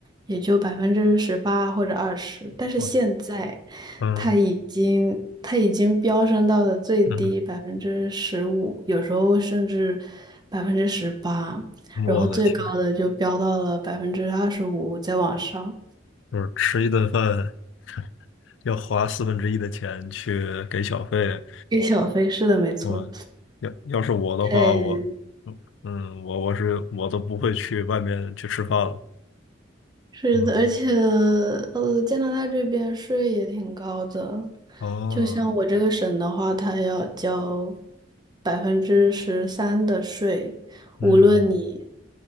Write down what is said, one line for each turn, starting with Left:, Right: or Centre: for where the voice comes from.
Right: 也就百分之十八或者二十。但是现在，
Left: 我嗯
Right: 它已经它已经飙升到了最低百分之十五，
Left: 嗯，
Right: 有时候甚至百分之十八。
Left: 我的天，
Right: 然后最高的就飙到了百分之二十五，再往上。
Left: 就是吃一顿饭要花四分之一的钱去给小费，
Right: 给小飞是的，没错，
Left: 我要要是我的话，
Right: 太
Left: 我嗯嗯我我是我都不会去外面去吃饭了。
Right: 是的，
Left: 嗯，
Right: 而且呃，加拿大这边税也挺高的，
Left: 哦，
Right: 就像我这个省的话，它要交百分之十三的税，
Left: 嗯，
Right: 无论你